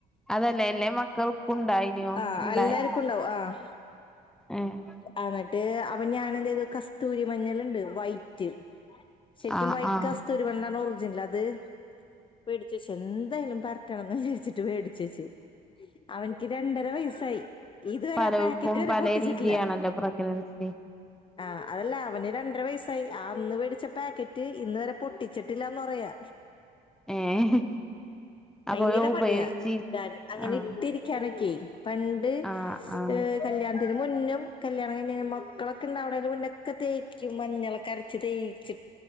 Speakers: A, in the centre; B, on the left.
A: അതല്ല എല്ലേ മക്കൾക്കും ഉണ്ടായിനോ
B: ആഹ്
A: ഉണ്ടായി
B: അല്ലാർക്കുണ്ടാവും ആഹ്
A: ഏഹ്
B: അന്നട്ട് അപ്പോ ഞാനെന്തെയ്തു കസ്തൂരി മഞ്ഞള്ണ്ട് വൈറ്റ്. ശെരിക്കും
A: ആഹ്
B: വൈ
A: ആഹ്
B: കസ്ത്തൂരി മഞ്ഞളാണ് ഒർജിനല് അത് വേടിചെച്ചു എന്തായാലും പരറ്റണന്ന് വിചരിച്ചിട്ട് വേടിച്ചെച്ച് അവൻക്ക് രണ്ടര വയസായി. ഇത് വരെ
A: പലോർക്കും
B: ആ പാക്കറ്റ് വരെ
A: പല
B: പൊട്ടിച്ചിട്ടില്ല.
A: രീതിയാണല്ലോ പ്രഗ്നൻസി
B: ആഹ് അതല്ല അവന് രണ്ടര വയസ്സായി ആ അന്ന് വേടിച്ച പാക്കറ്റ് ഇന്ന് വരെ പൊട്ടിച്ചിട്ടില്ലന്ന് പറയാ
A: ഏഹ് അപ്പൊ
B: ഭയങ്കര
A: ഉപയോഗിച്ച്
B: മടിയ ഞാൻ അങ്ങനിട്ടിരിക്കാനൊക്കെ
A: ആഹ്
B: പണ്ട്
A: ആഹ് ആഹ്
B: ഏഹ് കല്യാണത്തിന് മുന്നും കല്യാണം കഴിഞ്ഞഴ്ഞ്ഞ് മക്കളൊക്കെണ്ടവാണെന്നു മുന്നെ ക്കെ തേക്കും മഞ്ഞളൊക്കരച്ച് തേച്ച്